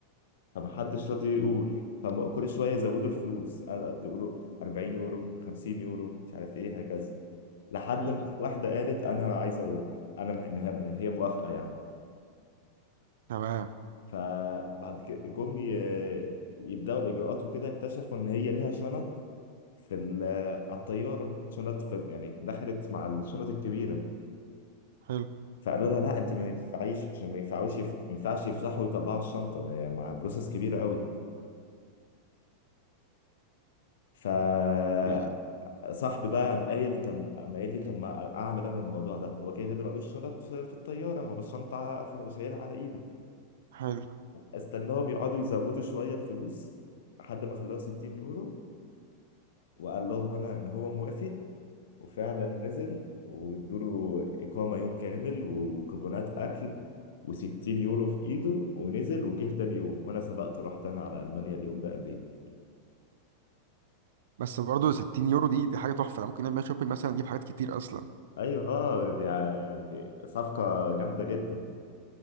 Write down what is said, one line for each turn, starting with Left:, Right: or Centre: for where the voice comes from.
Left: فمحدش راضي يقول فكل شوية يزودوا الفلوس قال- قال- يقولوا 40 يورو 50 يورو مش عارف إيه هكذا لحد
Right: مم.
Left: ما في واحدة قالت أنا عايزة أروح أنا م- إن هي إن هي موافقة يعني
Right: تمام
Left: فبعد كده جم ي- يبدأوا الإجراءات وكده اكتشفوا إن هي ليها شنط في ال- على الطياره شنط في يعني دخلت مع الشنط الكبيره
Right: حلو
Left: فقالوا لها لا انت ما ينفعيش عشان ما ينفعوش يفت... ما ينفعش يفتحوا ويطلعوا الشنطه ده يعني مع بروسس كبيره قوي فصاحبي
Right: إيه.
Left: بقى قام قايل طب قام قايل لي طب ما اعمل انا الموضوع ده هو كده كده ملوش شنط في في الطياره هو الشنطه هو شايلها على ايده
Right: حلو
Left: استناهم يقعدوا يزودوا شويه الفلوس لحد ما خلاها 60 يورو وقال لهم انا ان هو موافق وفعلا نزل وادوله إقامة يوم كامل و- وكوبونات أكل و60 يورو في إيده ونزل وجه تاني يوم وأنا سبقته رحت أنا على ألمانيا اليوم ده قبليه
Right: بس برضه 60 يورو دي دي حاجه تحفه أنا ممكن نعمل شوبينج مثلا نجيب حاجات كتير اصلا
Left: أيوه آه دي ع- يعني صفقة جامدة جدا